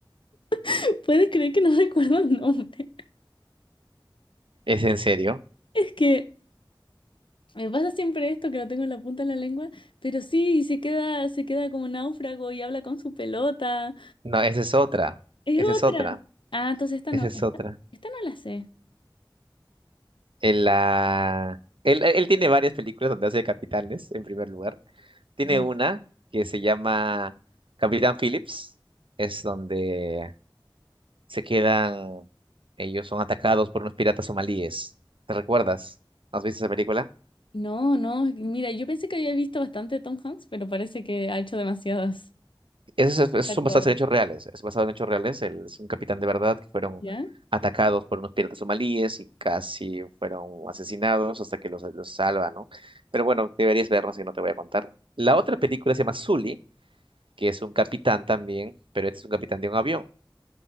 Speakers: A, on the left; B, on the right.
A: <laughs> ¿puedes creer que no recuerdo el nombre?
B: ¿Es en serio?
A: Es que Me pasa siempre esto, que lo tengo en la punta de la lengua, pero sí, se queda, se queda como náufrago y habla con su pelota.
B: No, esa es otra.
A: Es
B: Esa es
A: otra.
B: otra.
A: Ah, entonces esta
B: Esa
A: no,
B: es
A: esta,
B: otra.
A: esta no la sé.
B: en la... Él, él tiene varias películas donde hace de capitanes, en primer lugar. Tiene
A: Ya.
B: una que se llama Capitán Phillips. Es donde se quedan... Ellos son atacados por unos piratas somalíes. ¿Te recuerdas? ¿Has visto esa película?
A: No, no, mira, yo pensé que había visto bastante Tom Hanks, pero parece que ha hecho demasiadas.
B: Esos, esos-
A: Ha
B: son
A: actuado.
B: basados en hechos reales. Es basado en hechos reales. Él es un capitán de verdad que fueron
A: ¿Ya?
B: atacados por unos piratas somalíes y casi fueron asesinados hasta que los, los salva, ¿no? Pero bueno, deberías vernos y no te voy a contar. La otra película se llama Sully, que es un capitán también, pero este es un capitán de un avión.